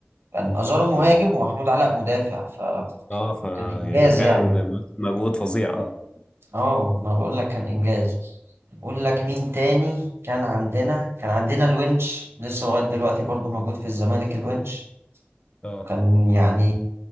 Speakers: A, on the right; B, on the left.
A: كان أزارو مهاجم
B: مم.
A: ومحمود علاء مدافع فكان
B: اه فا
A: إنجاز
B: يعني فعلا
A: يعني
B: مجهود فظيع اه
A: اه ما بقول لك كان إنجاز أقول لك مين تاني كان عندنا كان عندنا الونش لسه لغاية دلوقتي برضو موجود في الزمالك الونش
B: اه
A: كان يعني